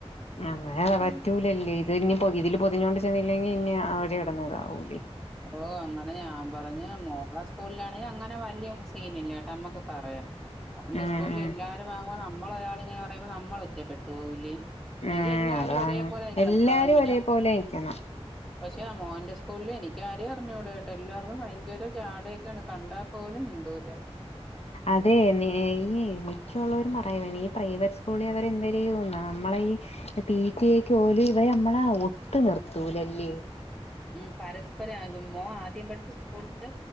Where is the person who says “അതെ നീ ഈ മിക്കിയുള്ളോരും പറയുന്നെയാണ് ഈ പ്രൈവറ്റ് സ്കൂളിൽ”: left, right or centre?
Left